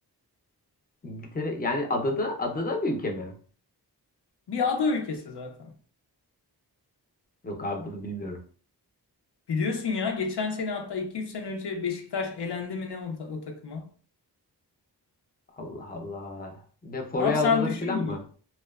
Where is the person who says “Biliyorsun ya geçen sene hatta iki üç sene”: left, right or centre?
Left